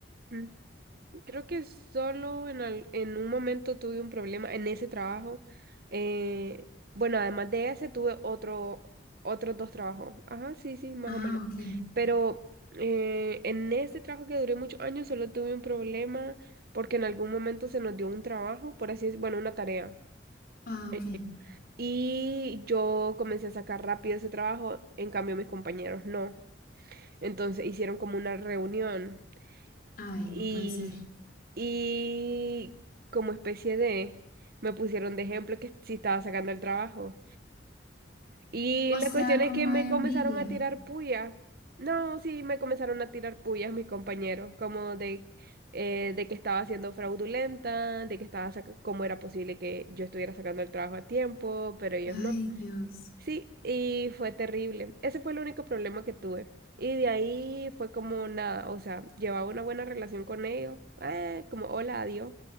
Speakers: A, on the right; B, on the left.
A: Mm, Creo que solo en, al- en un momento tuve un problema en ese trabajo. eh, bueno, además de ese tuve otro, otros dos trabajos. Ajá, sí, sí, más
B: Ah,
A: o menos.
B: ok,
A: Pero eh, en ese trabajo que duré muchos años solo tuve un problema porque en algún momento se nos dio un trabajo, por así decirlo, bueno, una tarea.
B: ah,
A: Eh,
B: ok.
A: Y yo comencé a sacar rápido ese trabajo, en cambio mis compañeros no. Entonces hicieron como una reunión
B: Ay,
A: y,
B: no puede ser.
A: y como especie de, me pusieron de ejemplo que si estaba sacando el trabajo. Y
B: O
A: la
B: sea,
A: cuestión
B: como
A: es que me
B: de
A: comenzaron
B: envidia.
A: a tirar puya. No, sí, me comenzaron a tirar puyas mis compañeros, como de, eh, de que estaba siendo fraudulenta, de que estaba, saca- cómo era posible que yo estuviera sacando el trabajo a tiempo, pero ellos
B: Ay,
A: no.
B: Dios.
A: Sí, y fue terrible. Ese fue el único problema que tuve. Y de ahí fue como nada, o sea, llevaba una buena relación con ellos, eh, como hola, adiós,